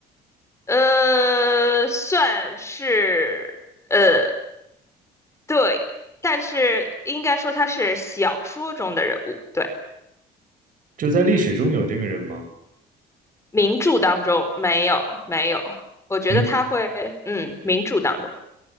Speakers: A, on the left; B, on the right.
A: 呃，算是，呃，对，但是应该说他是小说中的人物，对，
B: 就在历史中有这个人吗？
A: 名著当中没有，没有，我觉得他会，
B: 名，
A: 嗯，名著当中，